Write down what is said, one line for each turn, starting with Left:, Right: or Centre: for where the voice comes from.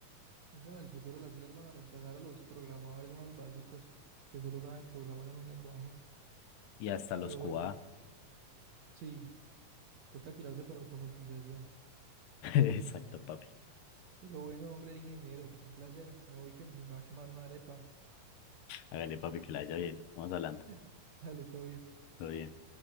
Right: Eso en el futuro las IAs van a reemplazar a los programadores más básicos que solo saben programar en un lenguaje.
Left: Y hasta los
Right: Pero
Left: QA.
Right: bueno, sí, toca tirarse por automatización.
Left: <laughs> Exacto, papi.
Right: Pero bueno, hombre, ingeniero, un placer. Me voy que me me va a quemar una arepa.
Left: Hágale, papi, que la haya bien. Vamos hablando.
Right: <laughs> Dale, todo bien.
Left: Todo bien.